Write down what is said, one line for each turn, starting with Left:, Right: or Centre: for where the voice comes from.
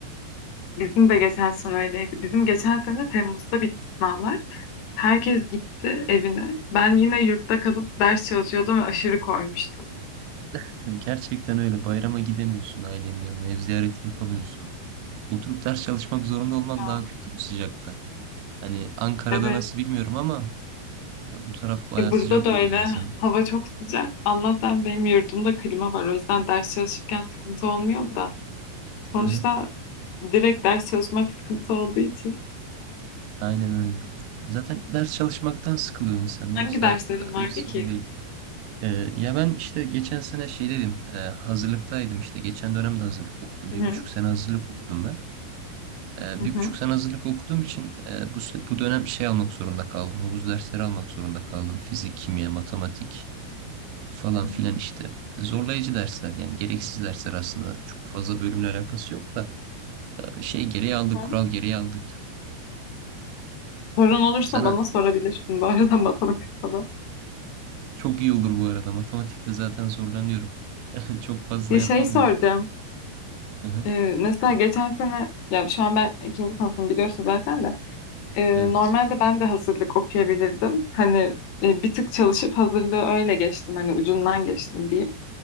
Left: bizim de geçen sene öyleydi. Bizim geçen sene Temmuz'da bitti sınavlar. Herkes gitti evine. Ben yine yurtta kalıp ders çalışıyordum ve aşırı koymuştu.
Right: <laughs> Gerçekten öyle. Bayrama gidemiyorsun ailenin yanına. Ev ziyareti yapamıyorsun. Oturup ders çalışmak zorunda olman
Left: Ya,
Right: daha kötü bu sıcakta. Hani Ankara'da
Left: evet.
Right: nasıl bilmiyorum ama Ya bu taraf bayağı
Left: Ya burada
Right: sıcak
Left: da
Right: oluyor
Left: öyle.
Right: yazın.
Left: Hava çok sıcak. Allah'tan benim yurdumda klima var. O yüzden ders çalışırken sıkıntı olmuyor da. Sonuçta
Right: Hı hı.
Left: direkt ders çalışmak sıkıntı olduğu için.
Right: Aynen öyle. Zaten ders çalışmaktan sıkılıyor insan. Yoksa
Left: Hangi derslerin vardı
Right: e, hiç sıkıntı
Left: ki?
Right: değil. Ee, ya ben işte geçen sene şey dedim. e, hazırlıktaydım işte. Geçen dönemde hazırlık okudum.
Left: Hı
Right: Bir
Left: hı,
Right: buçuk sene hazırlık okudum ben. Ee,
Left: hı hı,
Right: bir buçuk sene hazırlık okuduğum için e, bu, se- bu dönem şey almak zorunda kaldım. Havuz dersleri almak zorunda kaldım. Fizik, kimya, matematik falan
Left: hı
Right: filan
Left: hı.
Right: işte. Zorlayıcı dersler yani gereksiz dersler aslında. Çok fazla bölümle alakası yok da e, şey gereği aldık,
Left: Hı.
Right: kural gereği aldık.
Left: Sorun olursa
Right: Sen
Left: bana sorabilirsin bu arada <laughs> matematik falan.
Right: Çok iyi olur bu arada. Matematikte zaten zorlanıyorum. <laughs> Çok fazla
Left: Ya
Right: yapamıyorum.
Left: şey soracağım.
Right: Hı hı.
Left: Ee, mesela geçen sene ya şu an ben ikinci sınıfım biliyorsun zaten de. Ee,
Right: Evet.
Left: normalde ben de hazırlık okuyabilirdim. Hani e, bir tık çalışıp hazırlığı öyle geçtim. Hani ucundan geçtim diyeyim.